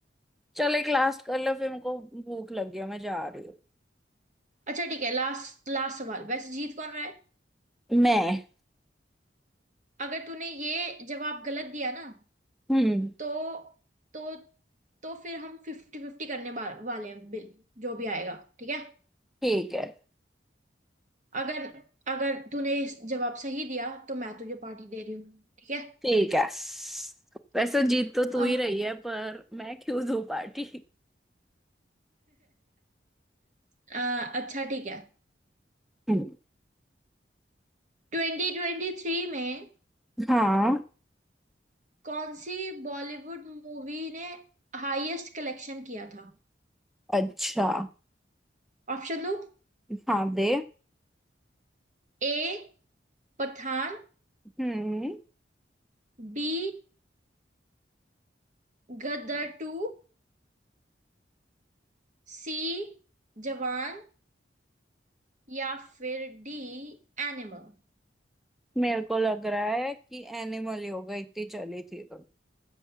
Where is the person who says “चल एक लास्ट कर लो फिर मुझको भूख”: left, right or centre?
Centre